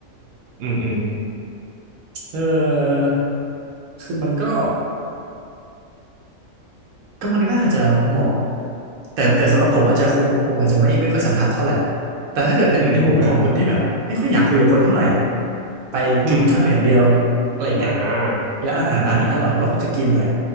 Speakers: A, on the right (about 65°); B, on the right (about 85°).
A: อืมอืม
B: เออคือมันก็ก็มันก็อาจจะเหมาะแต่แต่สำหรับผมอาจจะคงคงอาจจะไม่ไม่ค่อยสันทัดเท่าไหร่แต่ถ้าเกิดไปในมุมของคนที่แบบไม่ค่อยอยากคุยกับคนเท่าไหร่
A: อืมผมก็อืม
B: ไปกินข้าวอย่างเดียว
A: อืม
B: อะไรเงี้ย
A: อ่าอืมอืมอืม
B: แล้วอาหารร้านนี้อร่อยก็คงจะกินแหละ